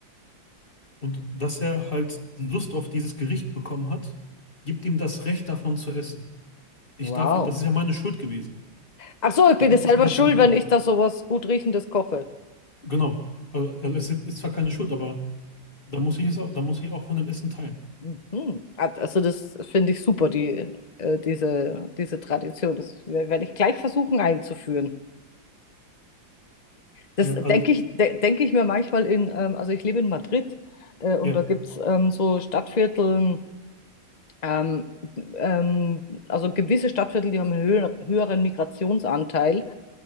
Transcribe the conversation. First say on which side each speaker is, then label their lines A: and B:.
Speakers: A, on the left (about 30°); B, on the left (about 60°).
A: und dass er halt Lust auf dieses Gericht bekommen hat, gibt ihm das Recht davon zu essen. Ich
B: Wow.
A: darf ihn, das ist ja meine Schuld gewesen.
B: Ach so, ich
A: Ich
B: bin
A: habe
B: ja selber
A: es ja dazu
B: schuld,
A: gebracht.
B: wenn ich da sowas gut Riechendes koche.
A: Genau. Also also es ist zwar keine Schuld, aber da muss ich es auch, da muss ich auch von dem Essen teilen.
B: Mhm. At- Also das finde ich super, die, äh, diese, diese Tradition. Das wer- werde ich gleich versuchen einzuführen. Das
A: Ja, also,
B: denke ich, de denke ich mir manchmal in, ähm, also ich lebe in Madrid äh, und
A: ja,
B: da gibt es ähm, so Stadtviertel, ähm, ähm, also gewisse Stadtviertel, die haben einen höher, höheren Migrationsanteil.